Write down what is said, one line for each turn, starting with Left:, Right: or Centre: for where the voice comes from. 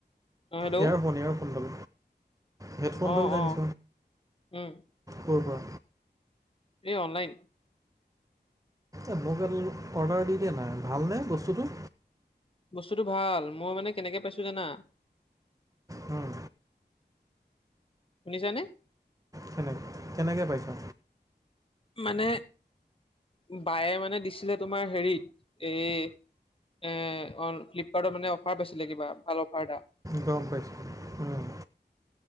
Left: অ হেল্ল'!
Right: ইয়াৰফোন ইয়াৰফোনডাল হেডফোনডাল
Left: অহ
Right: যে
Left: অহ
Right: আনিছ
Left: উম।
Right: কৰ পৰা?
Left: এই অনলাইন।
Right: এই মোক এাল অৰ্ডাৰ দি দে না। ভালনে বস্তুটো?
Left: বস্তুটো ভাল। মই মানে কেনেকে পাইছো জানা?
Right: উম।
Left: শুনিছানে?
Right: কেনেকে কেনেকে পাইছা?
Left: মানে বায়ে মানে দিছিলে তোমাৰ হেৰিত এই এ অ ফ্লিপ কাৰ্টত মানে অফাৰ পাইছিলে কিবা ভাল অফাৰ এটা।
Right: গম পাইছোঁ